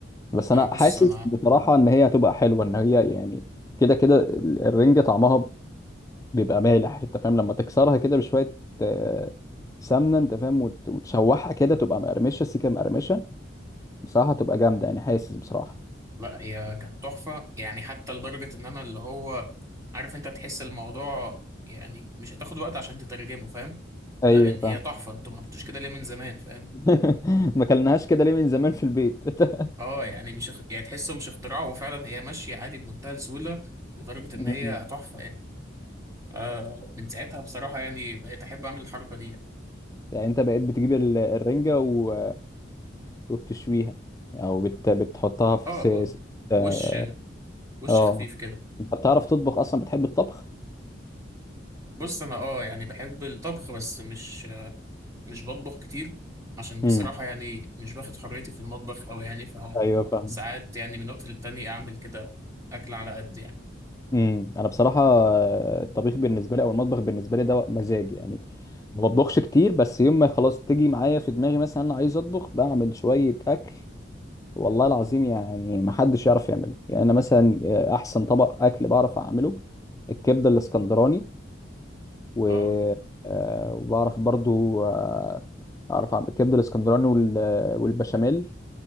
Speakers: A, on the left; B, on the right.
A: بس
B: لا
A: انا
B: بص
A: حاسس
B: أنا
A: بصراحه ان هي هتبقى حلوه ان هي يعني كده كده ال- الرنجه طعمها بيبقى مالح انت فاهم لما تكسرها كده بشويه آه، سمنه انت فاهم وت- وتشوحها كده تبقى مقرمشه سيكه مقرمشه بصراحه تبقى جامده يعني حاسس بصراحه
B: لا هي كانت تحفة يعني حتى لدرجة إن أنا اللي هو عارف أنت تحس الموضوع يعني مش هتاخد وقت عشان تترجمه فاهم
A: ايوه
B: لا إن
A: فاهم
B: هي تحفة أنتوا ما عملتوش كده ليه من زمان فاهم
A: <laughs> ما كلناهاش كده ليه من زمان في البيت <laughs>
B: اه يعني مش اخ- يعني تحسه مش اختراع وفعلا هي ماشيه عادي بمنتهى السهوله لدرجه ان
A: مم.
B: هي تحفه يعني فمن ساعتها بصراحه يعني بقيت احب اعمل الحركه دي يعني
A: يعني انت بقيت بتجيب ال- الرنجة و... وبتشويها او بت... بتحطها في
B: اه اه
A: س... س- اه
B: وش وش
A: آه.
B: خفيف كده
A: انت بتعرف تطبخ اصلا بتحب الطبخ
B: بص انا اه يعني بحب الطبخ بس مش مش بطبخ كتير عشان بصراحه
A: امم
B: يعني مش باخد حريتي في المطبخ قوي يعني ف
A: ايوه فاهم
B: ساعات يعني من وقت للتاني اعمل كده اكل على قد يعني
A: امم انا بصراحة آه، الطبيخ بالنسبة لي او المطبخ بالنسبة لي ده مزاج يعني ما بطبخش كتير بس يوم ما خلاص تيجي معايا في دماغي مثلا انا عايز اطبخ بعمل شوية اكل والله العظيم يعني ما حدش يعرف يعمله يعني انا مثلا آه، احسن طبق اكل بعرف اعمله الكبده الاسكندراني و
B: اه
A: آه، وبعرف برضو آه، اعرف اعمل الكبده الاسكندراني وال- آه، والبشاميل